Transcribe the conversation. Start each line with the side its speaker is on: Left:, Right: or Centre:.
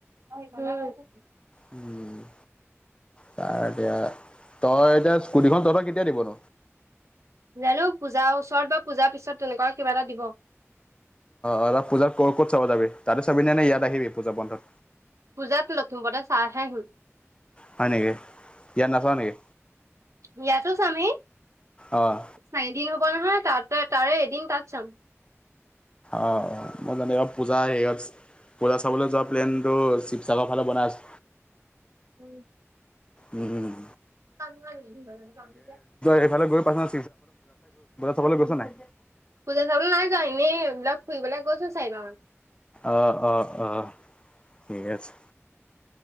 Right: হয়।
Left: উম! ত এতিয়া তই এতিয়া স্কুটিখন তহতই কেতিয়া দিব ন।
Right: জানো পূজাৰ ওচৰত বা পূজাৰ পিছত তেনেকুৱা কিবা এটা দিব।
Left: অ ত পূজাত ক' ক'ত চাব তাতে চাবি নে নে ইয়াত আহিবি পূজা বন্ধত।
Right: পূজাত লথুম বতে চাহ খাই হল।
Left: হয় নেকি ইয়াত নাচাও নেকি।
Right: ইয়াতোছ আমি।
Left: অ',
Right: ন এদিন হ'ব নহয় ততে তাৰে এদিন তাত চাম।
Left: অ মই জানে এইব পূজা এইচ ক'লা চাবলৈ যোৱা প্লেনটো শিৱসাগৰ ফালে বনাই আছে।
Right: উ,
Left: উম!
Right: কনব কম্পউটাৰ-
Left: এইফাল গৈ পাইছ ন ফাল গৈ পাইছ নাই।
Right: পূজা চাবলৈ নাই যা এনে এইবিলাক ফুৰিবলৈ গৈছো চাইবান।
Left: আহ অ অ ঠিক আছে।